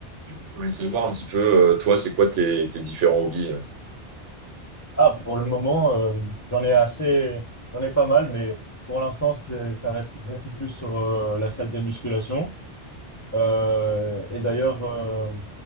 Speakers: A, on the right; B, on the left.
A: Du coup, Je voulais savoir un petit peu, euh, toi, c'est quoi tes, tes différents hobbies? euh.
B: Ah, pour le moment, euh, j'en ai assez, j'en ai pas mal, mais pour l'instant, c'est- ça reste beaucoup plus sur euh, la salle de musculation. Euh, et d'ailleurs, euh,